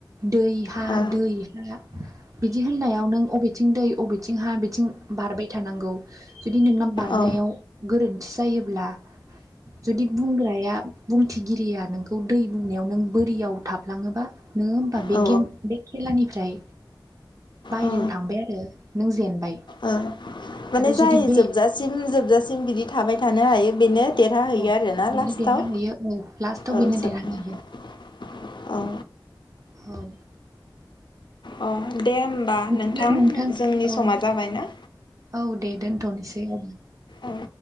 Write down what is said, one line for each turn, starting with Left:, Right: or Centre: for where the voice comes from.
Right: दै हा
Left: ओ
Right: दै हा बिदि होननायाव नों बबेथिं दै बबेथिं हा बिथिं बारबाय थानांगौ। जुदि नोंना बारनायाव
Left: औ
Right: गोरोन्थि जायोब्ला जुदि बुंग्राया बुंथिगिरिया नोंखौ दै बुंनायाव नों बोरियाव थाबलाङोबा नोङो होमबा बे
Left: औ
Right: गेम बे खेलानिफ्राय बायेरायाव
Left: औ
Right: थांबाय आरो नों जेनबाय
Left: ओ माने
Right: आरो
Left: जाय
Right: जुदि बे
Left: जोबजासिम जोबजासिम बिदि थाबाय थानो हायो बेनो देरहाहैयो
Right: औ
Left: आरोना
Right: बेनो
Left: लास्टाव
Right: देरहाहैयो औ लास्टाव
Left: औ
Right: बेनो
Left: जोबनायाव
Right: देरहाहैयो
Left: औ।
Right: औ
Left: अ दे होनबा
Right: बिदिब्ला
Left: नोंथां जोंनि
Right: औ
Left: समा जाबाय ना
Right: औ दे दोनथ'नोसै औ।
Left: औ